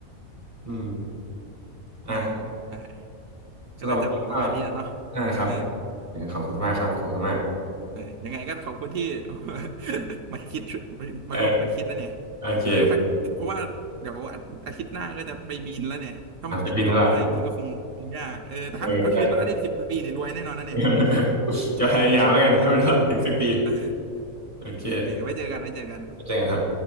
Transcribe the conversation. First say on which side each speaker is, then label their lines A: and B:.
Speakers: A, on the right; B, on the right.
A: อืมอ่ะ
B: อืมใช่
A: สำหรับวันนี้ก็
B: ก็น่าจะประมาณนี้แหล้วเนาะ
A: อ่าครับ
B: เออ
A: เออขอบคุณมากครับขอบคุณมาก
B: เออยังไงก็ขอบคุณที่ <laughs> มาคิด
A: เออ
B: มาร่วมกันคิดนะเนี่ย
A: โอเค
B: เออถ้าเพราะว่าเดี๋ยวอาอาทิตย์หน้าก็จะไปบินแล้วเนี่ยถ้ามันติดเกาะขึ้นมาจริงๆก็คงคงยากเออแต่ถ้าเอาชีวิตรอดได้สิบปีเนี่ยรวยแน่นอนนะเนี่ย
A: อ่ะไปบินแล้วล่ะเออเออ <laughs> จะพยายามแล้วกันให้มันรอดถึงสิบปี
B: <laughs> เออ
A: โอเค
B: โอเคโอเคไว้เจอกันไว้เจอกัน
A: แล้วเจอกันครับ